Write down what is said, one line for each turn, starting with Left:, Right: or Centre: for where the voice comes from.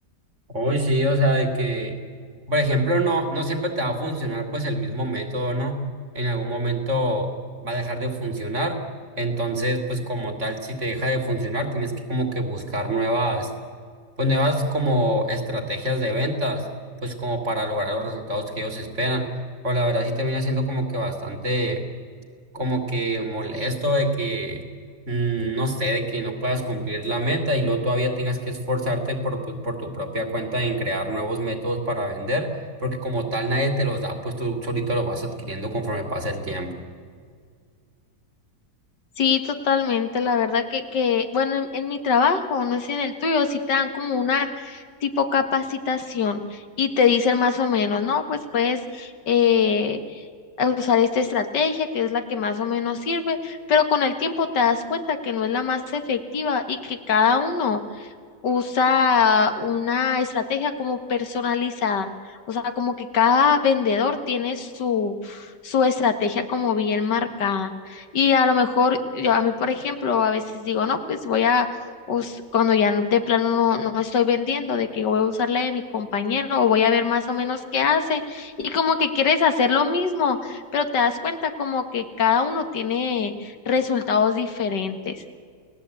Right: Hoy sí, o sea, de que, por ejemplo, no, no siempre te va a funcionar pues el mismo método, ¿no? En algún momento va a dejar de funcionar. Entonces, pues como tal, si te deja de funcionar, tienes que como que buscar nuevas pues nuevas como estrategias de ventas, pues como para lograr los resultados que ellos esperan. Pero la verdad sí termina siendo como que bastante, como que molesto de que, mm, no sé, de que no puedas cumplir la meta y luego todavía tengas que esforzarte por, tu- por tu propia cuenta en crear nuevos métodos para vender, porque como tal nadie te los da, pues tú solito los vas adquiriendo conforme pasa el tiempo.
Left: Sí, totalmente. La verdad que, que bueno, en, en mi trabajo, no sé si en el tuyo, sí te dan como una tipo capacitación y te dicen más o menos, no, pues puedes eh, usar esta estrategia que es la que más o menos sirve, pero con el tiempo te das cuenta que no es la más efectiva y que cada uno usa una estrategia como personalizada, o sea, como que cada vendedor tiene su, su estrategia como bien marcada. Y a lo mejor, yo a mí, por ejemplo, a veces digo, no, pues voy a, us- cuando ya no- de plano no, no estoy vendiendo, de que voy a usar la de mi compañero o voy a ver más o menos qué hace. Y como que quieres hacer lo mismo, pero te das cuenta como que cada uno tiene resultados diferentes.